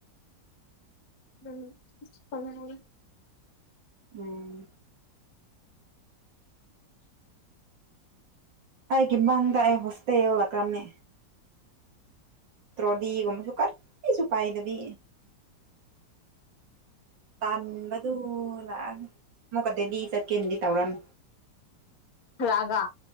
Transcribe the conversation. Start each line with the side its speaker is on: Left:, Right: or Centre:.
Left: ꯎꯝ ꯐꯉꯦ
Right: ꯎꯝ ꯑꯩꯒꯤ ꯃꯥꯡꯗ ꯑꯩ ꯍꯣꯁꯇꯦꯜꯂꯛꯀ꯭ꯔꯝꯅꯦ ꯇ꯭ꯔꯣꯗꯤꯒꯨꯝꯕꯁꯨ ꯀꯔ ꯀꯁꯨ ꯀꯥꯏꯗꯕꯤ ꯇꯥꯟꯕꯥꯟꯕꯗꯨ ꯂꯥꯛꯑ ꯑꯃꯨꯛꯀꯗꯗꯤ ꯆꯠꯀꯦꯅꯗꯤ ꯇꯧꯔꯝꯃꯤ
Left: ꯔꯥꯒ